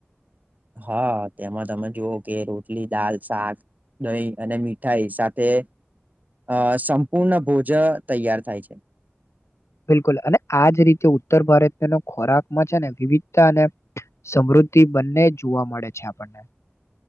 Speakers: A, on the right; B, on the left.
A: હા તેમાં તમે જો કે રોટલી દાલ શાક દહી અને મીઠાઈ સાથે અ સંપૂર્ણ ભોજ તૈયાર થાય છે.
B: બિલકુલ અને આજ રીતે ઉત્તર ભારતનો ખોરાકમાં છે ને વિવિધતા અને સમૃ્ધ તિ બંને જોવા મળે છે આપણને.